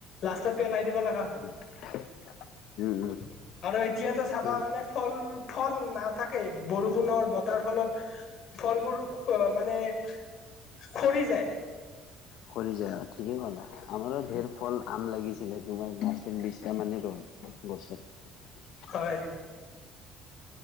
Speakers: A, on the left; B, on the left.
A: লাষ্টত পেলাই দিব লগা হয়।
B: <unintelligible>
A: <unintelligible>
B: উম,
A: আৰু এতিয়াতো চাবা
B: উম।
A: মানে ফল ফল নাথাকে বৰষুণৰ বতৰ তাৰ ফলত ফলবোৰ মানে খৰি যায়।
B: খৰি যায় আৰু ঠিকেই ক'লা আমাৰো ধেৰ ফল আম লাগিছিলে তোমাৰ বিছটা মানে ৰল গছত।
A: হয়